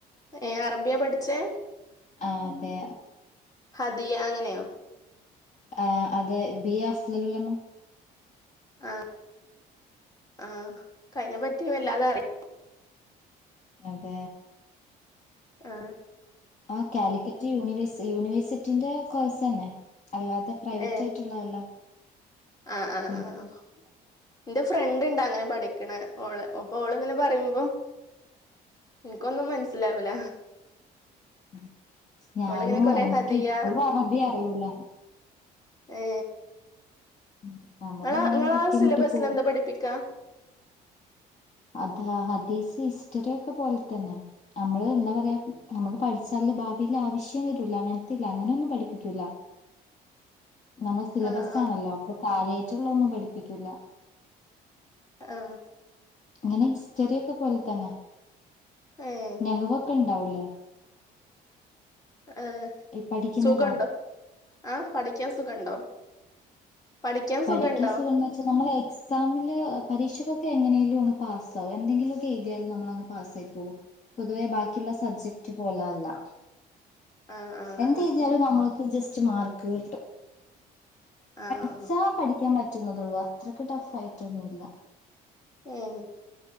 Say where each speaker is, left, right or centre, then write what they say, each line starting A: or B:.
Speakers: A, on the left; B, on the left.
A: ഏ അറബിയ പഠിച്ചേ
B: ആ അതെ
A: ഹതിയ അങ്ങനെയോ
B: ആ അതെ ബി എ അഫ്ളലുൽ ഉലമ
A: ആ ആ ക്കയ്നെപ്പറ്റി വല്ലാതെ അറി
B: അതെ
A: ആ
B: ആ കാലിക്കറ്റ് യൂണിവേ യൂണിവേഴ്സിറ്റിന്റെ കോഴ്സന്നെ അല്ലാതെ പ്രൈവറ്റ്
A: ഏഹ്
B: ആയിട്ടുള്ളതല്ല
A: ആഹ് ആഹ്
B: ഉം
A: ആ എന്റെ ഫ്രണ്ട് ഉണ്ട് അങ്ങനെ പഠിക്കണ ഓള് അപ്പൊ ഓള് ഇങ്ങനെ പറയുമ്പോ എനിക്കൊന്നും മനസ്സിലാവുല
B: ഉം ഞാനും
A: ഓളിങ്ങനെ കൊറെ
B: എനിക്ക്
A: ഹദിയ
B: ഇപ്പോഴും അറബി അറിയൂല
A: ഏ
B: ഉം നമ്മള്
A: നിങ്ങള
B: ഇങ്ങനെ
A: നിങ്ങളാ
B: തട്ടിമുട്ടി
A: സിലബസിൽ
B: പോകും
A: എന്താ പഠിപ്പിക്കാ
B: അതാ ഹദീസ് ഹിസ്റ്ററി ഒക്കെ പോലെ തന്നെ നമ്മള് എന്താ പറയാ നമുക്ക് പഠിച്ചാല്ല് ഭാവിൽ ആവശ്യം വരൂല അങ്ങനത്തെല്ല അങ്ങനെ ഒന്നും പഠിപ്പിക്കൂല നമ്മൾ സിലബസ്‌
A: ആഹ്
B: ആണല്ലോ അപ്പൊ കാര്യാ മറ്റുള്ളൊന്നും പഠിപ്പിക്കില്ല
A: ആ
B: അങ്ങനെ ഹിസ്റ്ററി ഒക്കെ പോലെ തന്നെ
A: ഏഹ്
B: നെഹുവൊക്കെ ഇണ്ടാവൂലേ
A: ഏ
B: പഠിക്കുന്നതോ
A: സുഖണ്ടോ ആ പഠിക്കാൻ സുഖണ്ടോ പഠിക്കാൻ
B: പഠിക്കാ
A: സുഖണ്ടോ
B: സുഖ എന്ന് വെച്ച നമ്മള് എക്സാമില് പരീക്ഷഒകെ ക്കെ എങ്ങനെലും അങ്ങ് പാസ് ആകും എന്തെങ്കിലും ഒക്കെ എഴുതിയാലും നമ്മള പാസ്സായി പോകും പൊതുവെ ബാക്കിയുള്ള സബ്ജക്റ്റ് പോലെ അല്ല
A: ആഹ് ആഹ്
B: എന്ത്
A: ആഹ്
B: എഴുതിയാലും നമ്മൾക്ക് ജസ് റച്ച് മാർക്ക് കിട്ടും
A: ആഹ്
B: ച്ചാ പഠിക്കാൻ പറ്റും പറ്റുന്നത്തെതള്ളൂ അത്രക്ക് ടഫ് ആയിട്ടൊന്നുമില്ല
A: ഏഹ്